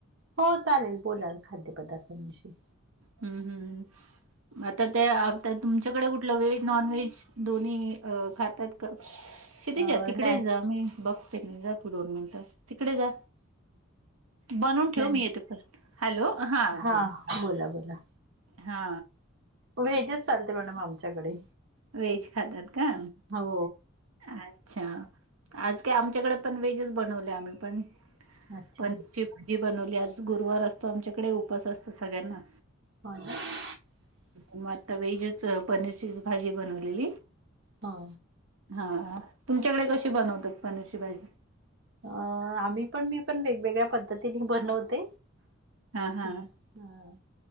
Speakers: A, on the right (about 60°); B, on the right (about 85°).
A: हो चालेल बोलाल खाद्यपदार्थांषयी
B: हम्म हम् आता त्या तुमच्याकडे कुठलं व्हेज नॉन व्हेज दोन्ही खातात शेती
A: अ
B: जा तिकडेच
A: नाही
B: जा मी बघते जा तू दोन मिनिट तिकडे जा बनून ठेव
A: नाही
B: मी येते प हॅलो हां
A: हा
B: बोला
A: बोला बोला
B: हा
A: वेहेजच चालते मॅडम आमच्याकडे
B: वेहेज खातात का
A: हो
B: अच्छा आज काय आमच्याकडे पण व्हेजस बनवले आम्ही पण
A: अच्छा
B: पनीरची भाजी बनवली आज गुरुवार असतो आमच्याकडे उपवास असतो सगळ्यांना
A: हो
B: मग आता व्हेजच पनीरचीच भाजी बनवलेली
A: हा
B: हा तुमच्याकडे कशी बनवतात पनिरची भाजी
A: अ आम्ही पण मी पण वेगवेगळ्या पद्धतीने बनवते
B: हा हा
A: हम